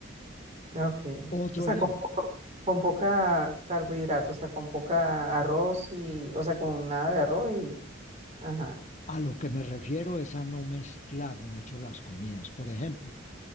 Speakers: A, on the right; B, on the left.
A: ok.
B: Otro
A: O sea,
B: ejemplo,
A: con, poco- con poca carbohidrato, o sea, con poca arroz y, o sea, con nada de arroz y, ajá,
B: a lo que me refiero es a no mezclar mucho las comidas. Por ejemplo,